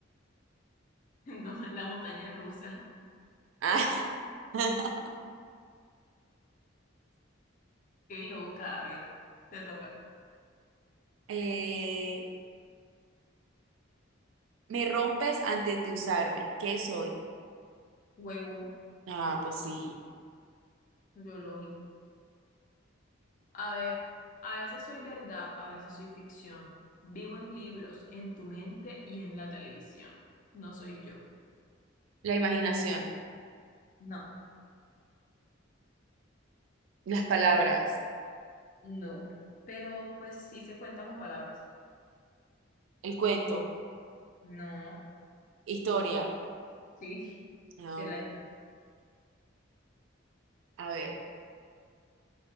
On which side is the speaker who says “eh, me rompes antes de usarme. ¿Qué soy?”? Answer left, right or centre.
Right